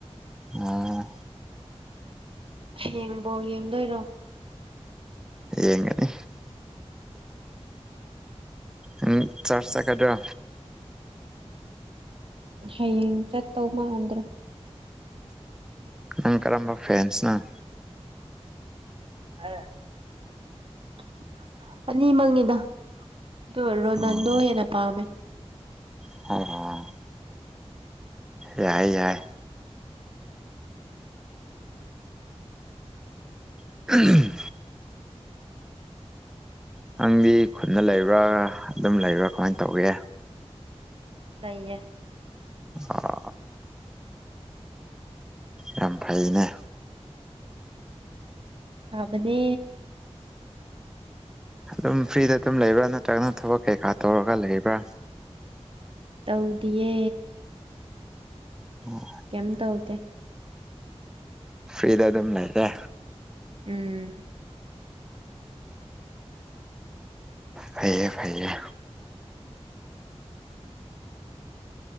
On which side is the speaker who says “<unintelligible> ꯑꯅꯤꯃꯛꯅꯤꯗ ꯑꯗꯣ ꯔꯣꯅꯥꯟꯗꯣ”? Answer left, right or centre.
Right